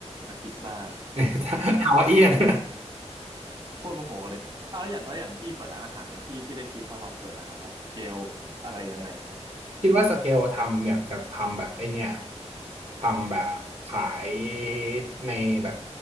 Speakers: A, on the right; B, on the right.
A: ในพิซซ่า
B: <laughs> ฮาวาเอียน <laughs>
A: โคตรโมโหเลยอ่ะแล้วอย่างแล้วอย่างพี่เปิดร้านอาหารเนี่ยพี่พี่ได้คิดป่ะวว่าเปิดอาหารแบบสเกลอะไรยังไงครับ
B: คิดว่าสเกลทำอยากจะทำแบบไอเนี่ยทำแบบขายในแบบ